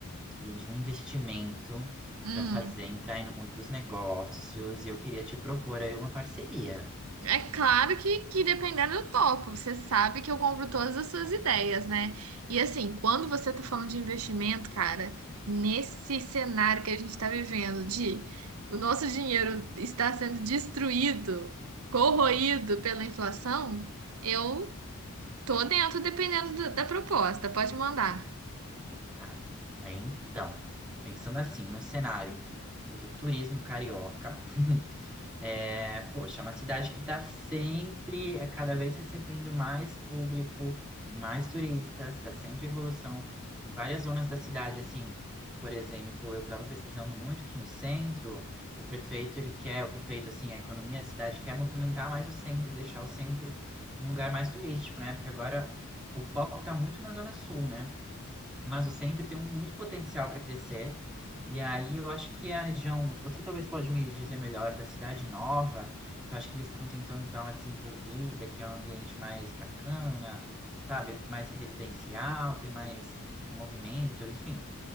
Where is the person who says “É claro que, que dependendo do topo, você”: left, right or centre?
Right